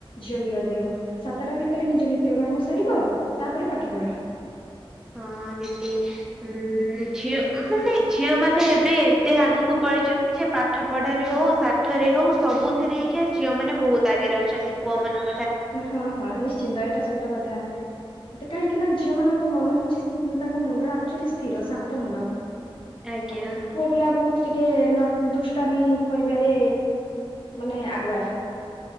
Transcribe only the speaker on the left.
ଝିଅ ବି ଗାଧେଇବ ସାତଟା ଭିତରେ ନିଜ ନିତ୍ୟ କର୍ମ ସାରିବ, ତାପରେ ପାଠପଢ଼ା।
ହଁ ହଁ, ନିଶ୍ଚିନ୍ତ ଏଇଟା ସତ କଥା। କାହିଁକି ନା ଝିଅ ମାନଙ୍କ ମନ ହଉଛି ତାଙ୍କ ମୁଣ୍ଡଟା ଆକ୍ଚୁଆଲି ସ୍ଥିର, ଶାନ୍ତ ମୁଣ୍ଡ
ଆଉ, ପୁଅ ପିଲା ବହୁତ ଟିକେ ନ ଦୁଷ୍ଟାମି କରିବାରେ ମାନେ ଆଗୁଆ।